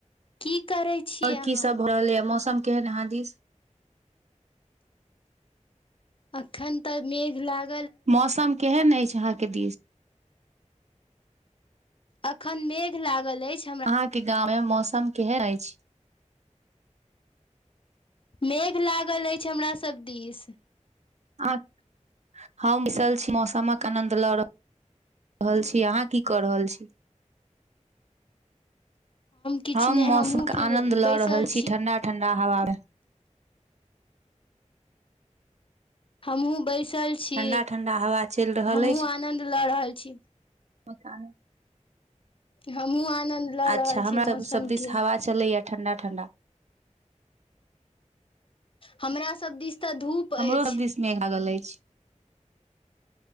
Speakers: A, on the left; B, on the right.
A: की करै छी
B: और
A: अहाँ
B: की सब भ रहलै या मौसम केहेन अहाँ दिस।
A: अखन तऽ मेघ लाग
B: मौसम केहेन एछ अहाँ के दिस?
A: अखन मेघ लागल एछ।
B: अहाँ के गाँव मे मौसम केहेन एछ?
A: मेघ लागल एछ हमरा सब दिस।
B: आ हम बैसल छी मौसमक आनंद ल र हल छी, अहाँ की कऽ रहल छी?
A: किछु
B: हम
A: नहि
B: मौसम
A: हमहूँ
B: के
A: फिर
B: आनंद
A: बैसल
B: लऽ रहल छी ठंडा-ठंडा हवा मे।
A: हमहु बैसल छी,
B: ठंडा ठंडा हवा चलि रहल
A: हमहु आनंद लऽ रहल छी।
B: मकान मे
A: हमहु आनन्द लऽ
B: अच्छा
A: रहल छी
B: हमरा
A: मौसम
B: सब सब दिस
A: के।
B: हवा चलैया ठंडा-ठंडा।
A: हमरा सब दिस ते धूप अछि
B: हमरो सब दिस मेघ लागल ऐछ।